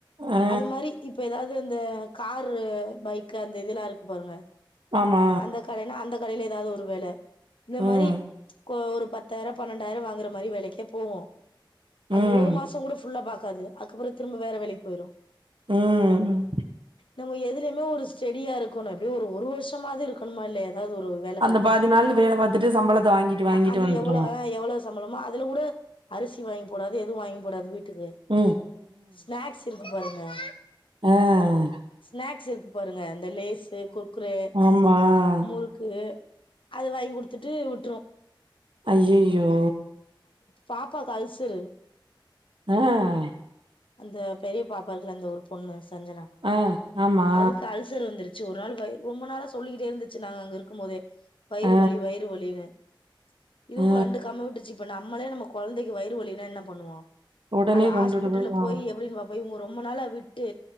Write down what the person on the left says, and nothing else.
அது மாரி இப்ப ஏதாவது அது இந்த காரு பைக் அந்த இது எல்லாம் இருக்கு பாருங்க
அந்த கடைன்னா அந்த அந்த கடையில ஏதாவது ஒரு வேல இந்த
மாரி ஒரு பத்து பத்தாயிரம் பன்னெண்டாயிரம் வாங்கற மாரி வேலைக்கி போவோம்
அது ஒரு மாசம் கூட ஃபுல்லா பாக் கா இருக்காது அக்கப்பறம் திரும்ப வேற வேலைக்கு போயிரும்
நம்ம எதுல ஒரு ஸ்டடியா இருக்கணும் எப்டியோ ஒரு வருஷமது இருக்கணுமா இல்லைய எதாவது ஒரு வேல
பார்த்தா
அது
எவ்ளவு எவ்ளவு சம்பளமோ அதுல கூட அரிசி வாங்கி போடாது எதுவும் வாங்கிப்போடாது வீட் இது
ஸ்நாக்ஸ் இருக் பாருங்க <unintelligible>
ஸ்நாக்ஸ் இருக்கு பாருங்க இந்த லேஸ்சு குக்குரே
முறுக்கு அது வாங்கி குடுத்துட்டு விட்ரும்
பாப்பாக்கு அல்சரு
அந்த பெரிய பாப்பா இருக்குல அந்த ஒரு பொண்ணு சஞ்சனா
அதுக்கு அல்சர் வந்துருச் சு ஒரு நாள் வயிறு ரொம்ப நாளா சொல்லிக்கிட்டே இருந்துச்சு நாங்க அங்க இருக்கும் போதே வயிறு
வலி வயிறு வலின்னு இன் ஆடியபிள் இதுவும்
கண்டுகாம விட்ருச்சி இப்ப நம்மளே நம்ம குழந்தைக்கு வயிறு வலினா என்ன பண்ணுவோம்
அது
ஹாஸ்பிட்டல்ல
போய் எப்டின்னு வா போய் ஒரு ரொம்ப நாளா விட்டு